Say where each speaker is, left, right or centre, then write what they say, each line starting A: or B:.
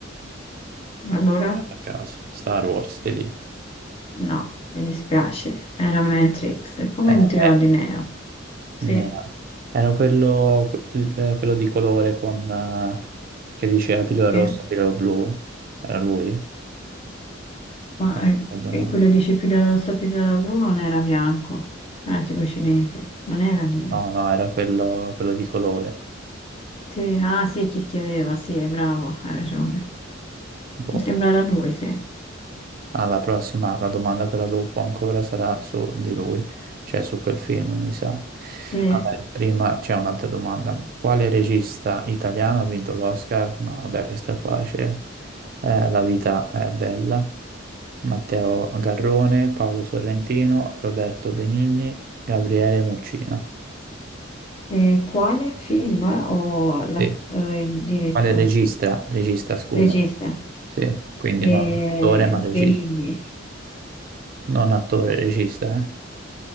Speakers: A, on the left (about 30°); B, on the right (about 45°).
A: Allora,
B: a caso, Star Wars, ti dico.
A: no, mi dispiace, era Matrix, come
B: Mm. Era
A: un trio
B: bello.
A: di Neo. Sì,
B: Ne- Era quello, quel- eh, quello di colore con, eh, che diceva pillola
A: sì,
B: rossa, pillola blu. Era lui?
A: ma
B: Se
A: eh,
B: non ricordo
A: e
B: male.
A: quello di Scipilla rossa, pillola blu non era bianco, era tipo cinese, non era nero.
B: No, no, era quello, quello di colore.
A: Sì, ah sì, chi chiedeva, sì, è bravo, ha ragione.
B: Boh.
A: Mi sembra la 2, sì.
B: Alla prossima, la domanda quella dopo ancora sarà su di lui, cioè su quel film, mi sa.
A: Sì.
B: Vabbè, prima c'è un'altra domanda. Quale regista italiano ha vinto l'Oscar? No, vabbè, questa è facile. Eh, La vita è bella. Matteo Garrone, Paolo Sorrentino, Roberto Benigni, Gabriele Muccino.
A: E quale film o la-
B: Sì.
A: eh, il direttore,
B: Quale regista? Regista, scusa.
A: regista?
B: Sì, quindi
A: Eh,
B: non attore, ma
A: Benigni.
B: regista. Non attore, regista, eh?